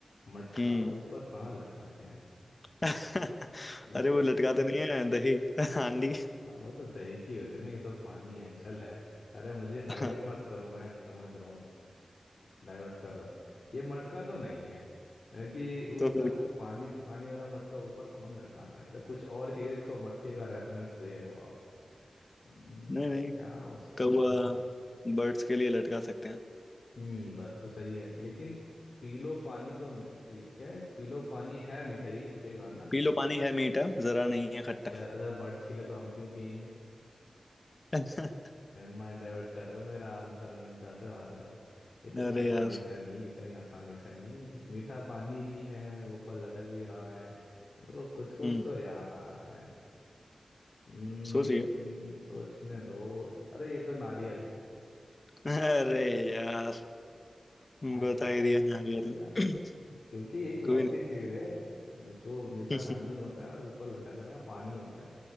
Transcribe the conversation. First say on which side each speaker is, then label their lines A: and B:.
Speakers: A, on the left; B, on the left.
A: मटका
B: हम्म
A: ऊपर कहाँ लटकाते हैं
B: <laughs>
A: वो
B: अरे
A: तो
B: वो लटकाते नहीं है दही <laughs> हांडी
A: वो तो दही की होते ना ये तो पानी है जल है अरे मुझे डाइवर्ट
B: <laughs>
A: मत करो मैं समझ रहा डाइवर्ट कर रहे हो ये मटका तो नहीं है है कि वो
B: तो
A: इतना
B: फिर
A: वो पानी से पानी वाला मटका ऊपर कौन लटकाता है तो कुछ और चीज़ है जिसको मटके का रेफरेंस दे रहे हो आप हम्म,
B: नहीं नहीं
A: क्या हो सकता
B: कौवा
A: है
B: बर्ड्स के लिए लटका सकते हैं
A: हम्म बात तो सही है लेकिन पीलो पानी तो मी- पी, क्या है पीलो पानी है मीठा यही कहेगा ना
B: पी लो पानी है मीठा जरा नहीं है खट्टा
A: यार अगर बर्ड्स के लिए तो हम क्यों पियेंगे
B: <laughs>
A: माइंड डाइवर्ट कर रहे हो मेरा आंसर मैं जाते हार जाऊं इतनी
B: अरे
A: आसानी
B: यार
A: से नहीं इतनी आसानी से नहीं मीठा पानी भी है ऊपर लटक भी रहा है इनको कुछ कुछ
B: हम्म
A: तो याद आ रहा है हम्म
B: सोचिए
A: सोचने दो सो- अरे ये तो नारियल है
B: अरे यार
A: आ
B: बता
A: गया
B: ही दिया नारियल
A: ये तो-
B: <clears throat>
A: क्योंकि एक लौती
B: कोई नहीं
A: चीज है जो मीठा
B: <laughs>
A: पानी होता है और ऊपर लटक रहा है पानी होता है